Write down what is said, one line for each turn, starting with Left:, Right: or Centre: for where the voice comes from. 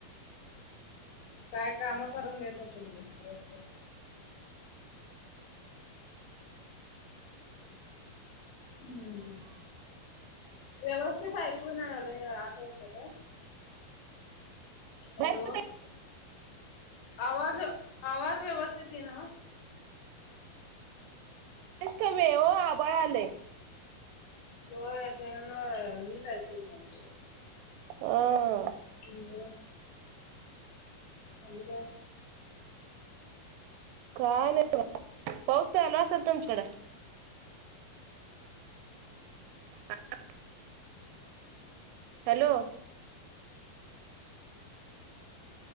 Left: काय काम करून देत नसेल ती दिवसभर. हम्म. व्यवस्थित आहे. इकडून वगैरे <unintelligible> सगळं. हॅलो.
Right: बाहेर
Left: आवाज. आवाज व्यवस्थित येईना.
Right: कमी आहे हो. आभाळ आलय.
Left: व्हय. त्याच्यामुळ <unintelligible>
Right: अं.
Left: हं. म? आणि काय?
Right: काय नाही <unintelligible> पाउस चालू असलं तुमच्याकडं? <unintelligible> हॅलो.